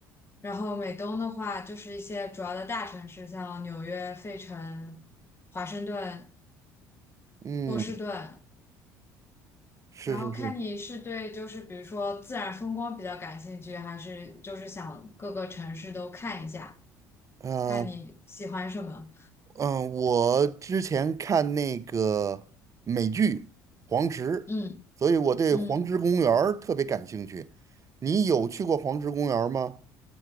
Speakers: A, on the left; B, on the right.
A: 然后美东的话，就是一些主要的大城市，像纽约、费城、华盛顿、
B: 嗯，
A: 波士顿。
B: 是是是，
A: 然后看你是对就是比如说自然风光比较感兴趣，还是就是想各个城市都看一下，
B: 呃，
A: 看你喜欢什么。
B: 嗯、我之前看那个美剧《黄石》，
A: 嗯
B: 所以我对黄石公园儿特别感兴趣。
A: 嗯，
B: 你有去过黄石公园儿吗？